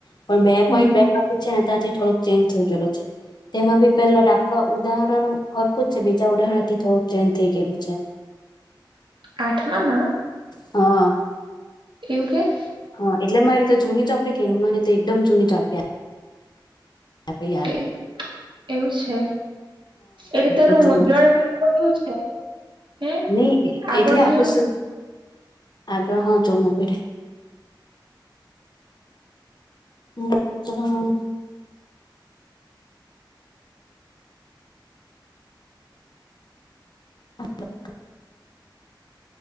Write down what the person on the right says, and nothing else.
હમ
આઠમામાં?
એવું કે?
એ એવું છે એલે તારું
મુદ્રણ વાળ તોયું છે, હે
આગળ
જો ને